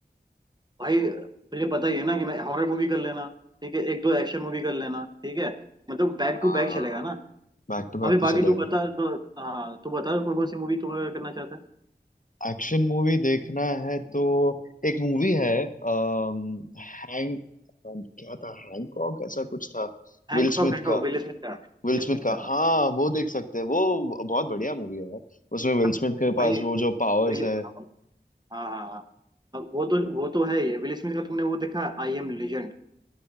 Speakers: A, on the right (about 25°); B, on the left (about 50°).
A: भाई तुझे पता ही है ना कि मैं हॉरर मूवी कर लेना ठीक है एक दो एक्शन मूवी कर लेना ठीक है मतलब बैक
B: हाँ
A: टू बैक चलेगा ना
B: बैक टू बैक
A: अभी
B: तो
A: बाकी
B: चलेगा
A: तू बता तो हाँ तू बता कौन कौन सी मूवी तू करना चाहता है
B: एक्शन मूवी देखना है तो एक मूवी है अम, हैंग क्या था हैंकॉक ऐसा कुछ था
A: हैंकॉक
B: विल स्मिथ
A: हैंकॉक
B: का
A: विल स्मिथ का विल
B: विल
A: स्मिथ
B: स्मिथ का
A: का
B: हाँ वो देख सकते हैं वो बहुत बढ़िया मूवी है यार उसमें विल
A: हाँ।
B: स्मिथ के
A: भाई
B: पास वो जो पावर्स
A: विल
B: है
A: हाँ हाँ हाँ हाँ। अब वो तो वो तो है ही है विल स्मिथ का तुमने वो देखा I Am Legend